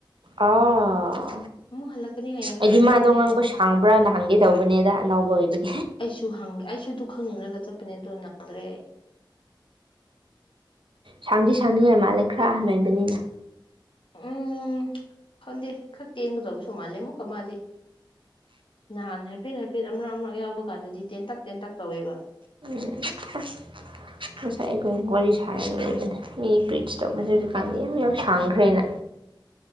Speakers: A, on the right (about 75°); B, on the left (about 80°).
A: ꯑꯥ
B: ꯑꯃꯨꯛ ꯍꯜꯂꯛꯀꯅꯤ ꯍꯌꯦꯡ
A: ꯑꯩꯗꯤ
B: ꯍꯜꯂꯛꯀꯅꯤ
A: ꯃꯥꯗꯣ
B: ꯍꯥꯏ
A: ꯉꯥꯡꯕ ꯁꯥꯡꯕꯔꯥꯅ ꯍꯪꯒꯦ ꯇꯧꯕꯅꯦꯗ ꯑꯅꯧ <unintelligible>
B: ꯑꯩꯁꯨ ꯍꯪꯉ ꯑꯩꯁꯨ ꯑꯗꯨ ꯈꯪꯅꯤꯡꯂꯒ ꯆꯠ ꯄꯅꯦ ꯑꯗꯨ ꯅꯣꯗ꯭ꯔꯦ ꯑꯩ
A: ꯁꯥꯡꯗꯤ ꯁꯥꯡꯅꯤꯡꯉꯥꯏ ꯃꯥꯜꯂꯦ ꯈꯔ ꯑꯍꯟ ꯑꯣꯏꯕꯅꯤꯗ
B: ꯎꯝ ꯈꯪꯗꯦ ꯈꯔ ꯇꯦꯟꯒꯗꯕꯁꯨ ꯃꯥꯜꯂꯦ ꯑꯃꯨꯛꯀ ꯃꯥꯗꯤ ꯅꯍꯥꯟ ꯍꯥꯏꯐꯦꯠ ꯍꯥꯏꯐꯦꯠ ꯑꯃ ꯑꯃꯛ ꯌꯥꯎꯕ ꯀꯥꯟꯗꯗꯤ ꯇꯦꯟꯇꯛ ꯇꯦꯟꯇꯛ ꯇꯧꯋꯦꯕ
A: ꯎꯝ ꯑꯁ ꯉꯁꯥꯏ ꯑꯩꯈꯣꯏ ꯋꯥꯔꯤ ꯁꯥꯔꯒ ꯂꯩꯕꯅꯦ ꯃꯤ ꯄ꯭ꯔꯤꯁ ꯇꯧꯕꯁꯦ ꯍꯧꯖꯤꯛꯀꯥꯟꯗꯤ ꯌꯥꯝ ꯌꯥꯝ ꯁꯥꯡꯈ꯭ꯔꯦꯅ